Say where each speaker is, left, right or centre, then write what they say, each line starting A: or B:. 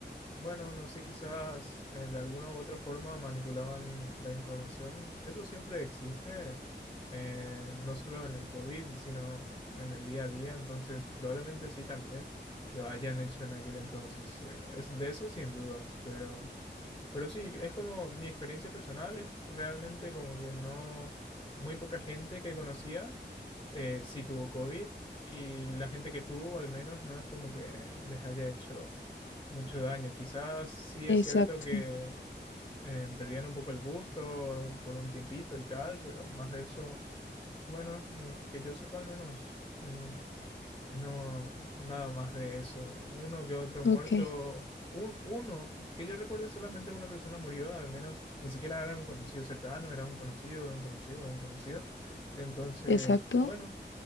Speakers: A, on the left; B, on the left.
A: Bueno, no sé, quizás eh, de alguna u otra forma manipulaban la información. Eso siempre existe, eh, no solo en el COVID, sino en el día a día. Entonces, probablemente sí también lo hayan hecho en aquel entonces. Eh, es de eso sin dudas, pero... Pero sí, es como mi experiencia personal, es realmente como que no, muy poca gente que conocía eh, sí tuvo COVID y la gente que tuvo al menos no es como que les haya hecho mucho daño. Quizás sí
B: Exacto,
A: es cierto que eh, perdían un poco el gusto por un tiempito y tal, pero más de eso, bueno, mm, que yo sepa al menos mm, no, nada más de eso. Uno que otro muerto.
B: ok,
A: Un, uno, que yo recuerde solamente una persona murió, al menos ni siquiera era un conocido cercano, era un conocido de un conocido de un conocido. Entonces,
B: exacto,
A: bueno,